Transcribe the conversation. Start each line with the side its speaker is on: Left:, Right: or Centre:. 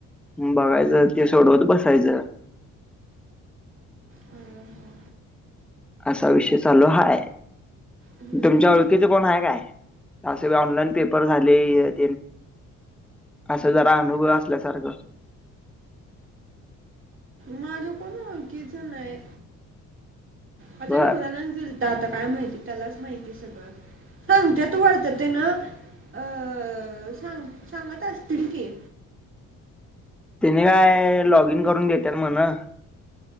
Centre: बघायच ते सोडवत बसायच.
Right: ह हां
Centre: असा विषय चालू हाय,
Right: हम्म
Centre: तुमच्या ओळखीच कोण हाय काय? असे बी ऑनलाईन पेपर झाले, ते असं जरा अनुभव असल्यासारखं.
Right: माझं कोण ओळखीचा नाही अचानक
Centre: बर
Right: होराणाच दिल आता काय माहिती, त्यालाच माहिती सगळं, सांगते तू वाळत ते ना. अअसांग सांगत असतील की.
Centre: त्याने काय लॉग इन करून घेत्यात म्हण.